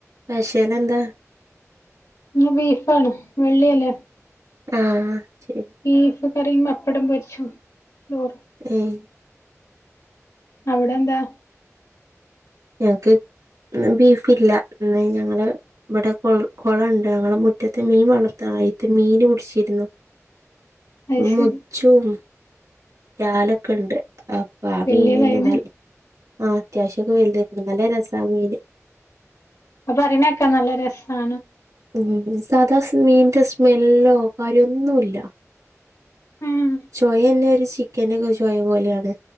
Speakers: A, on the right; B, on the left.
A: പഷെൽ എന്താ
B: ഇന്ന് ബീഫാണ് വെള്ളിയല്ലേ
A: ആഹ് ശരി
B: ബീഫ് കറിയും പപ്പടം പൊരിച്ചു ചോർ
A: ഉം
B: അവിടെ എന്താ
A: ഞങ്ങക്ക് ന്ന് ബീഫ് ഇല്ല ന്ന് ഞങ്ങള് ഇവിടെ കുളുണ്ട് ഞങ്ങളുടെ മുറ്റത്ത് മീൻ വളർത്തയിത്ത് മീന് പിടിച്ചിരുന്നു
B: അത്
A: മുച്ചും
B: ശരി
A: ജാലൊക്കെ ഉണ്ട് അപ്പൊ ആ
B: വെള്ളിയ
A: മീനെ
B: കഴിഞ്ഞ്
A: ന ആഹ് അത്യാവശ്യക്കെ വെല്യതാർന്നു നല്ല രസാ മീൻ
B: അപ്പ പറണൊക്കെ നല്ല രസണ
A: ഉ സാദാ മീന്റെ സ്മെല്ലോ കാര്യോ ഒന്നു ഇല്ല
B: ഉം
A: ചോയ തന്നെ ഒരു ചോവ പോലെയാണ്